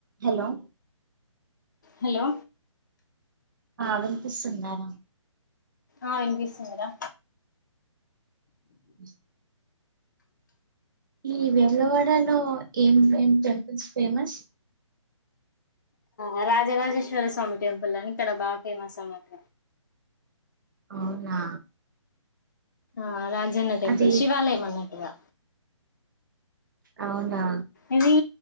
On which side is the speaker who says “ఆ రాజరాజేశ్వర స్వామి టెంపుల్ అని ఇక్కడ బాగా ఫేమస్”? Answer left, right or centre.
Left